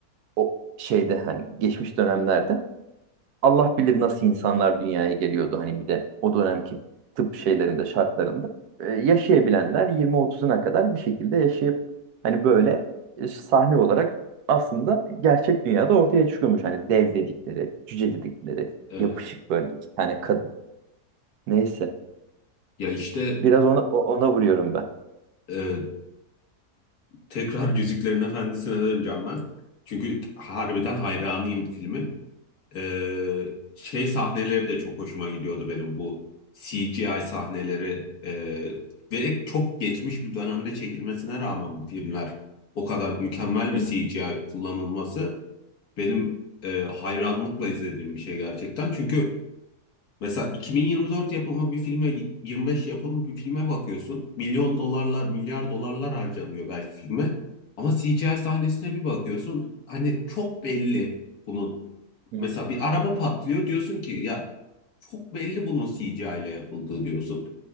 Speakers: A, on the right; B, on the left.
A: o şeyde hani geçmiş dönemlerde Allah bilir nasıl insanlar dünyaya geliyordu hani bir de o dönemki tıp şeylerinde şartlarında Ee, yaşayabilenler 20-30'una kadar bir şekilde yaşayıp hani böyle e, sahne olarak aslında gerçek dünyada ortaya çıkıyormuş. Hani dev dedikleri, cüce dedikleri,
B: Evet.
A: yapışık böyle iki tane kadın. Neyse.
B: Ya işte
A: Biraz ona o- ona vuruyorum ben.
B: e, tekrar Yüzüklerin Efendisi'ne döneceğim ben. Çünkü harbiden hayranıyım filmin. Ee, şey sahneleri de çok hoşuma gidiyordu benim bu CGI sahneleri ee, ve çok geçmiş bir dönemde çekilmesine rağmen bu filmler o kadar mükemmel
A: Hı
B: bir CGI
A: hı.
B: kullanılması benim e, hayranlıkla izlediğim bir şey gerçekten. Çünkü Mesela 2024 yapımı bir filme, 25 yapımı bir filme bakıyorsun. Milyon dolarlar, milyar dolarlar harcanıyor belki filme. Ama CGI sahnesine bir bakıyorsun. Hani çok belli bunun.
A: Hı.
B: Mesela bir araba patlıyor diyorsun ki ya çok belli bunun CGI ile yapıldığı diyorsun.